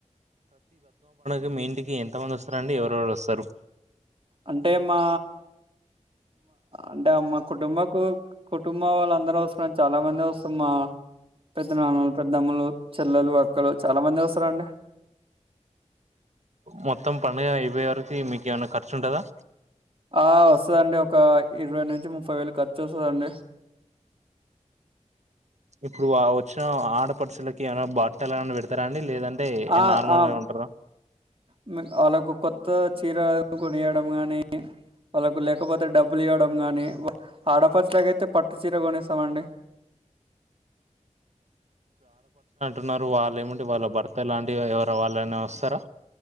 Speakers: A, on the right; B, on the right.
A: ఇ మీ ఇంటికి ఎంత మంది వస్తారంండి ఎవరుెవరు వస్తారు
B: అంటే మా అంటే అమ్మ కుటుంబకు కుటుంబం వాళ్ళ అందరూ వస్తుార చాలా మంది వస్తారు మా పెద్ద నాన్నలు పెద్దమ్మలు చెల్లెలు అక్కలు చాలా మంది వస్తారంండి
A: మొత్తం పడుగ ఐవై ఆరుకు మీక ఏమన్నా ఖర్చు ఉంటదా
B: ఆ వస్తుదండి ఒక ఇరవై నుంచి ముప్పై వేలు ఖర్చు వస్తుందండి
A: ఇప్పుడు వచ్చిన ఆడపడుచులకి ఏమైనా బట్టలు ఏమైనా పెడతా ండి లేదంటే
B: ఆ
A: నార్మల్గా
B: ఆ
A: ఉంటందా
B: హ్మ్. వాళ్ళకు కొత్త చీర కొనియడం గానీ వాళ్ళకు లేకపోతే డబ్బులు ఇవ్వడం గానీ ఆడపచలాక అయితే పట్టు చీర కొనేస్తామండి
A: న్నారు వాళ్ళు ఏమింటి వాళ్ళ భర్త లాంటివి ఎవరు వాళ్ళనే వస్తారా